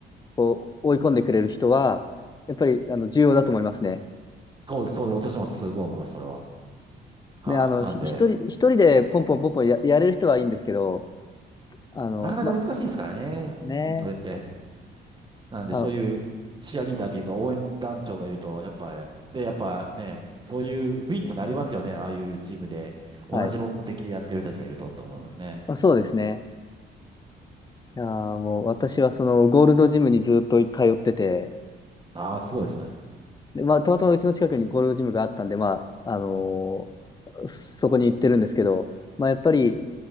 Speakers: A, on the left; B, on the right.
A: こう追い込んでくれる人は、やっぱりあの重要だと思いますね。
B: うんそうです、そうです。私もすごい思います、それは。はい。
A: ね、あの、
B: なんで、
A: ひ一人、一人でポンポンポンポンや、やれる人はいいんですけど、あの、
B: なかなか難しいですからね、
A: ま、ね、
B: 筋れって。なんで、
A: あの、
B: そういうチアリーダーというか応援団長がいると、やっぱり、で、やっぱね、そういう雰囲気になりますよね。ああいうチームで、同じ目的でやってる人たちがいるとって思いますね。
A: はい。まあ、そうですね。いやーもう私はそのゴールドジムにずっと通ってて、
B: ああ、すごいですね。
A: で、まあ、たまたまうちの近くにゴールドジムがあったんで、まあ、あのーそこに行ってるんですけど、まあ、やっぱり、
B: うん。